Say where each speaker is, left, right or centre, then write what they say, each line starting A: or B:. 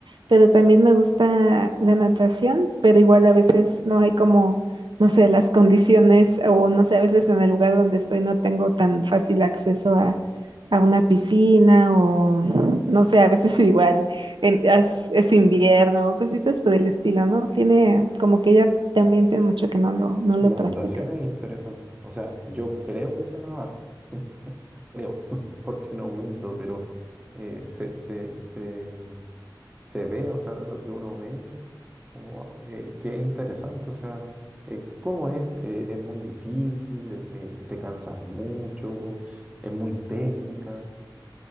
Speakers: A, on the right (about 80°); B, on the right (about 15°).
A: pero también me gusta la natación, pero igual a veces no hay como, no sé, las condiciones o no sé, a veces en el lugar donde estoy no tengo tan fácil acceso a, a una piscina o no sé, a veces <laughs> igual en- as- es, invierno o cositas por el estilo, ¿no? Tiene como que ya también tiene mucho que no lo, no
B: La
A: lo practico.
B: natación es interesante. O sea, yo creo que sé nadar, creo, <laughs> porque no me hundo, pero eh, sé, sé, sé, se ve, o sea, lo que uno ve, o, eh, qué interesante, o sea, eh, cómo es, eh, es muy difícil, eh, eh, te cansas mucho, es muy técnica.